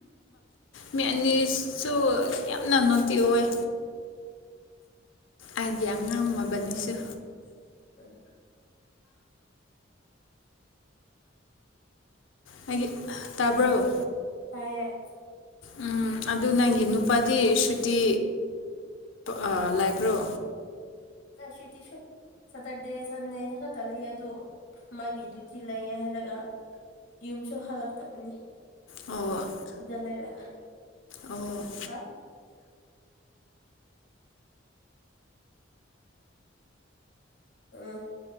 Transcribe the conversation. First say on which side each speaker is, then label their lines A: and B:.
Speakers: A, on the left; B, on the left.
A: ꯃꯤ ꯑꯅꯤꯁꯨ ꯌꯥꯝꯅ ꯅ‌ꯣꯠꯇꯤ ꯑꯣꯏ ꯑꯩꯒꯤ ꯑꯉꯥꯡ ꯃꯕꯟꯅꯤꯁ‌ꯦ
B: ꯑ
A: ꯍꯥꯏꯒꯤ ꯇꯥꯕ꯭ꯔꯣ
B: ꯇꯥꯏꯌꯦ
A: ꯎꯝ ꯑꯗꯨ ꯅꯪꯒꯤ ꯅꯨꯄꯥꯗꯤ ꯁꯨꯇꯤ ꯑꯥ ꯂꯩꯕ꯭ꯔꯣ
B: ꯁꯨꯇꯤꯁꯨ ꯁꯇꯔꯗꯦ ꯁꯟꯗꯦꯗ ꯈꯛꯇ ꯂꯩꯌꯦ ꯑꯗꯣ ꯃꯥꯒꯤ ꯗꯤꯌꯨꯇꯤ ꯂꯩꯌꯦ ꯍꯥꯏꯔꯒ ꯌꯨꯝꯁꯨ ꯍꯜꯂꯛꯇꯕꯅꯤ
A: ꯑꯣ
B: ꯁꯤꯗ ꯂꯩꯔꯒ
A: ꯑꯣ
B: ꯍꯥ ꯎ